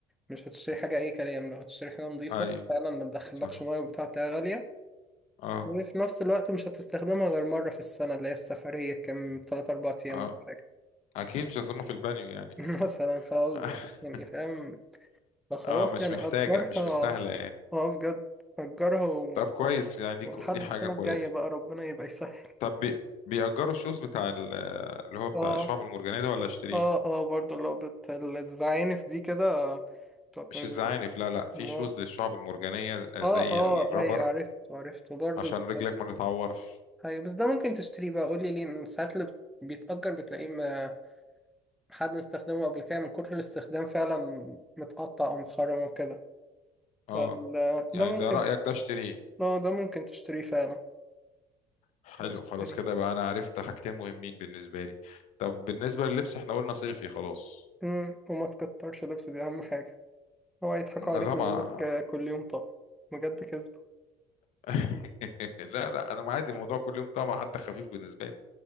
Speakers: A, in the centre; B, on the left.
A: مش هتشتري حاجة اي كلام لو هتشتري حاجة نظيفة
B: اي
A: فعلا ما تدخلكش
B: صح
A: مية وبتاع تلاقيها غالية
B: اه
A: وفي نفس الوقت مش هتستخدمها غير مرة في السنة اللي هي السفرية كام تلات أربع أيام
B: اه
A: ولا حاجة
B: اكيد مش هظلمها في البانيو يعني
A: <laughs>
B: اكيد
A: مثلا ف
B: <laughs>
A: يعني فاهم فخلاص
B: اه مش
A: يعني
B: محتاجة
A: أجرها
B: مش مستاهلة يعني
A: اه بجد أجرها و...
B: طب كويس يعني دي
A: ولحد
B: دي حاجة
A: السنة
B: كويسة
A: الجاية بقى ربنا يبقى يسهل
B: طب بي- بيأجروا الشوز بتاع ال- اللي هو بتاع
A: اه
B: الشعب المرجانية ده ولا اشتريه
A: اه اه برضه لو بت- بتزعيني في دي كده تقولي
B: مش الزعانف لا لا في
A: ما
B: شوز للشعب المرجانية آه،
A: اه
B: زي
A: اه
B: الرابر
A: ايوه عرفت عرفت وبرضه
B: عشان
A: بيتأجر
B: رجلك ما تتعورش
A: ايوه بس ده ممكن تشتريه بقى قولي ليه إن ساعات اللي بت- بيتأجر بتلاقيه ما حد مستخدمه قبل كده من كتر الاستخدام فعلا متقطع او متخرم وكده
B: اه
A: فال
B: يعني
A: ده ممكن
B: ده رأيك ده اشتريه
A: اه ده ممكن تشتريه فعلا
B: حلو
A: تشتريه
B: خلاص كده بقى انا عرفت حاجتين مهمين بالنسبة لي طب بالنسبة لللبس احنا قلنا صيفي خلاص
A: امم وما تكترش لبس دي اهم حاجة هو هيضحكوا
B: ما
A: عليك
B: طبعا
A: ويقول لك كل يوم طقم بجد كذبة
B: <laughs> لا لا انا عادي الموضوع كل يوم طبعا حتى خفيف بالنسبة لي